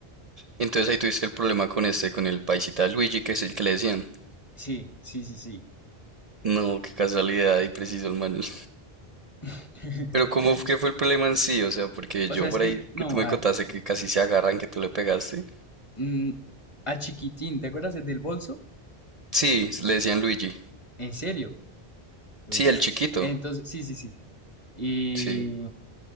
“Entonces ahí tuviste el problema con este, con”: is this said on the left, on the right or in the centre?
Right